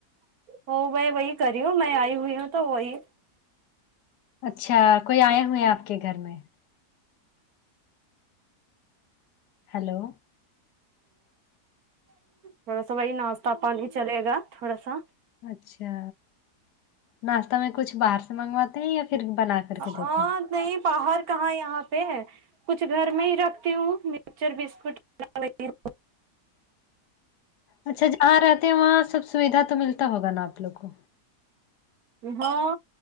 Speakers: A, on the right (about 65°); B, on the left (about 90°).
A: ہو مائی وہی کری ہ میں آئی ہوئی ہوں تو وہی
B: اچھا کوئی آئے ہوئے ہیں آپ کے گھر میں ہیلو
A: تھوڑا سا وہی ناشہ پانی ہی چلے گا تھوڑا سا
B: اچھا ناشتہ میں کچھ باہر سے منگواتی یا پھر بنا کر کے
A: ہاں
B: دیتے ہیں
A: نہیں بہار کہاں یہاں پہ کچھ گھر میں ہی رکھتی ہوں مچر بسکٹ لا لیتی ہو
B: اچھا جہاں رہتے ہیں وہاں سب سویدھا تو ملتا ہوگا نا آ پ لوگ کو
A: ہاں